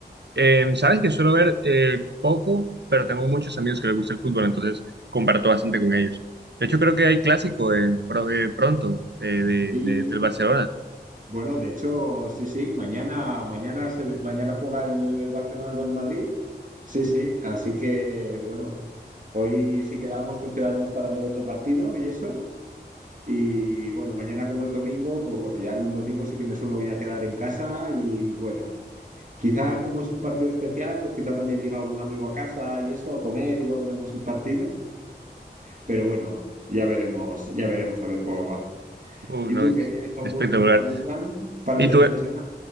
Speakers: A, on the right (about 80°); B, on the right (about 50°).
A: Eh, sabes que suelo ver eh, poco, pero tengo muchos amigos que les gusta el fútbol, entonces comparto bastante con ellos. De hecho, creo que hay clásico eh, pro- eh, pronto eh, de,
B: Sí,
A: de- del Barcelona.
B: bueno, de hecho, sí, sí, mañana, mañana, se- mañana juega el, el Barcelona con el Madrid. Sí, sí, así que bueno, hoy si quedamos, pues quedaremos para ver otro partido y eso. Y bueno, mañana como es domingo, pues bueno, ya el domingo sí que me suelo ya quedar en casa y bueno, quizá como es un partido especial, pues quizá también viene algún amigo a casa y eso, a comer y luego vemos el partido. Pero bueno, ya veremos, ya veremos a ver cómo va.
A: Uh,
B: ¿Y
A: no,
B: tú
A: es
B: qué? ¿Tienes algún,
A: espectacular.
B: algún plan para
A: Y
B: este
A: tú,
B: fin
A: eh,
B: de semana?